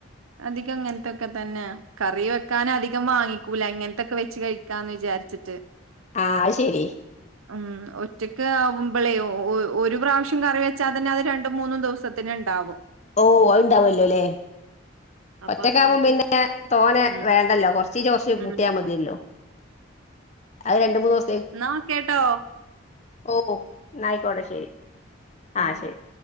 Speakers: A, on the right; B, on the left.
A: അധികം ഇങ്ങൻത്തൊക്കെ തന്നാ കറി വെക്കാന് അധികം വാങ്ങിക്കൂല ഇങ്ങൻത്തൊക്കെ വെച്ച് കഴിക്കാന്ന് വിചാര്ച്ചിട്ട്
B: ആ ശെരി
A: ഉം ഒറ്റക്ക് ആകുമ്പളെ ഒ ഒ ഒരു പ്രാവശ്യം കറി വെച്ചാ തന്നെ അത് രണ്ടും മൂന്നും ദിവസത്തിന് ഇണ്ടാവും
B: ഓ അ- ണ്ടാവല്ലൊലെ
A: അപ്പൊ
B: ഒറ്റക്കാവുമ്പം
A: അതുകൊണ്ട്
B: പിന്നെ തോനെ
A: ഉം
B: വേണ്ടല്ലോ കൊർച്ചീച്ച കൊർച്ച്
A: ഉം
B: കുട്ടിയാ മതില്ലോ അ അ <unintelligible>
A: ന്നാ കേട്ടോ
B: ഓ ഓ ന്നായിക്കോട്ടെ ശെരി
A: ഉം
B: ആ ശെരി